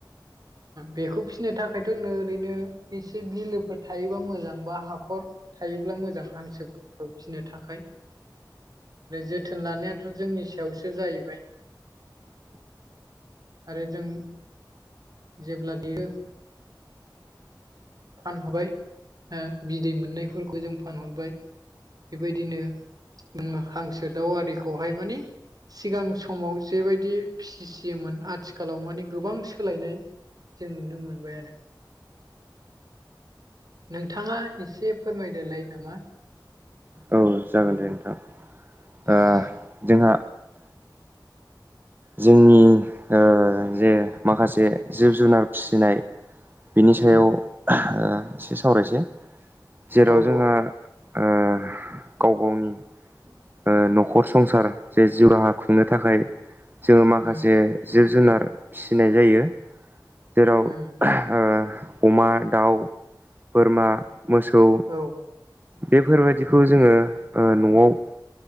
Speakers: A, on the right; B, on the right.
A: बेखौ फिसिनो थाखायथ' ओरैनो एसे बिलोफोर थायोबा मोजांबा हाखर थायोब्ला मोजां हांसो फिनो थाखाय जोथोन लानायाथ' जोंनि सायावसो जाहैबाय आरो जों जेब्ला देरो फानहरबाय बिदै मोननायफोरखौ जों फानहरबाय बेबायदिनो हांसो दाउ आरिखौहाय माने सिगां समाव जेबायदि फिसियोमोन आथिखालाव माने गोबां सोलायनाय जों नुनो मोनबाय आरो नोंथाङा एसे फोरमायदोलाय नामा
B: औ जागोन दे नोंथां ओ
A: अ
B: जोंहा जोंनि ओ जे माखासे जिब जुनार फिसिनाय बिनि
A: उम
B: सायाव ओ एसे सावरायसै जेराव
A: औ
B: जोंहा
A: औ
B: ओ गाव गावनि
A: <inaudible>
B: ओ न'खर संसार जे जिउ राहा खुंनो थाखाय जोङो माखासे
A: उम
B: जिब जुनार फिसिनाय जायो जेराव
A: उम
B: आ अमा दाउ बोरमा मोसौ
A: औ
B: बेफोरबायदिखौ जोङो ओ न'आव